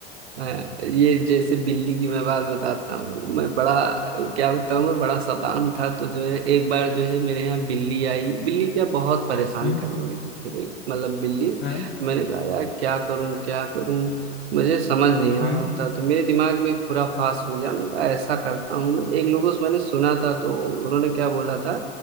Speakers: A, on the right; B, on the left.
A: अ, ये जैसे बिल्ली की मैं बात बताता हूँ मैं बड़ा क्या बताऊँ मैं बड़ा शैतान था तो जो है एक बार जो है मेरे यहाँ बिल्ली आई बिल्ली क्या बहुत परेशान
B: हम्म,
A: करने लगी फिर एक मतलब बिल्ली
B: हाँ
A: मैंने कहा यार क्या करूँ क्या करूँ मुझे समझ नहीं आ
B: हम्म
A: रहा था तो मेरे दिमाग में एक खुराफास
B: हाँ
A: हो गया मैंने कहा ऐसा करता हूँ मैं एक लोगों से मैंने सुना था तो उन्होंने क्या बोला था